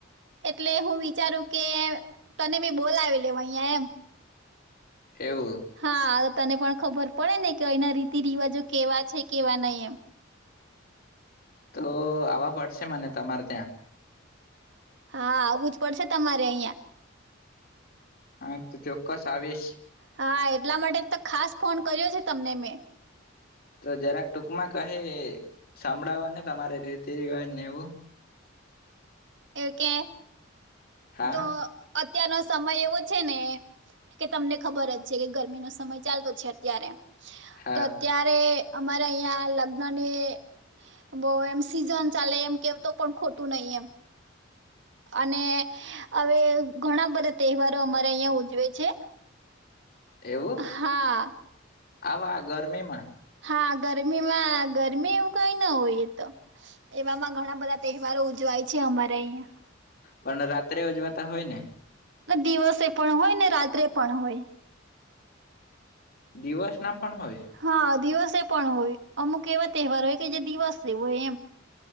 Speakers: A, on the right; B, on the left.
A: એટલે હું વિચારું કે તને બી બોલાવી લેવ અહિયાં એમ.
B: એવું
A: હા. તને પણ ખબર પડે ને કે અના રીતિ રિવાજો કેવા છે કેવા નહીં એમ.
B: તો આવવા પડશે મને તમારે ત્યાં.
A: હા આવું જ પડશે તમારે અહિયાં.
B: હા તો ચોક્કસ આવેશ.
A: હા એટલા માટે તો ખાસ ફોન કર્યો છે તમને મેં.
B: તો જરાક ટૂંકમાં કઈ સંભળાવો ને તમારે રીતિ રિવાજ ને એવું.
A: એવ કે?
B: હા
A: તો અત્યારનો સમય એવો છે ને કે, તમને ખબર જ છે કે ગરમીનો સમય ચાલતો છે અત્યારે.
B: હા
A: તો અત્યારે અમારે અહીંયા લગ્નની, બહુ એમ સીઝન ચાલે એમ કેતો પણ ખોટું નહી એમ. અને, હવે ઘણા બધા તહેવારો અમારા અહિયાં ઉજવે છે.
B: એવું
A: હા.
B: આવા આ ગરમીમાં?
A: હા ગરમીમાં ગરમી એવું કઈ ના હોયએ તો, એવામાં ઘણા બધા તહેવારો ઉજવાય છે અમારે અહિયા.
B: પણ રાત્રે ઉજવાતા હોય ને?
A: દિવસે પણ હોય ને રાત્રે પણ હોય.
B: દિવસ ના પણ હોય
A: હા દિવસ પણ હોય, અમુક એવા તહેવાર હોય કે જે દિવસે હોય એમ.